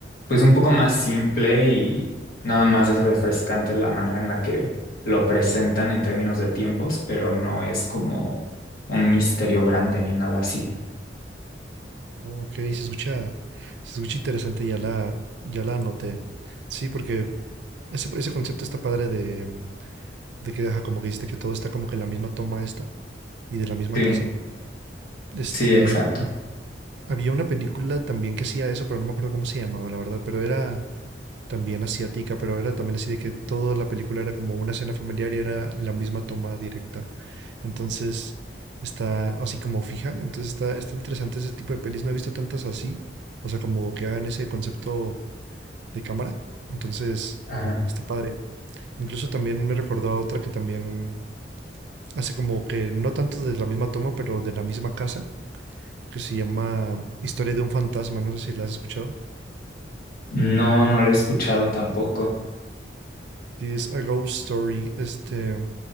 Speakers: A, on the left; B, on the right.
A: pues un poco más simple y nada más es refrescante la manera en la que lo presentan en términos de tiempos, pero no es como un misterio grande ni nada así.
B: Ok, se escucha, se escucha interesante, ya la, ya la anoté. Sí, porque ese, ese concepto está padre de de que, ajá, como que dijiste que todo está como que en la misma toma esta y de la misma
A: Sí.
B: casa. Este,
A: Sí, exacto.
B: había una película también que hacía eso, pero no me acuerdo cómo se llamaba, la verdad, pero era también asiática, pero era también así de que toda la película era como una escena familiar y era la misma toma directa. Entonces, está así como fija, entonces está, está interesante ese tipo de pelis, no he visto tantas así, o sea, como que hagan ese concepto de cámara. Entonces,
A: Ajá.
B: está padre. Incluso también me recordó a otra que también Hace como que no tanto de la misma toma, pero de la misma casa, que se llama Historia de un fantasma, no sé si la has escuchado.
A: No, no la he escuchado tampoco.
B: Sí, es A Ghost Story, este,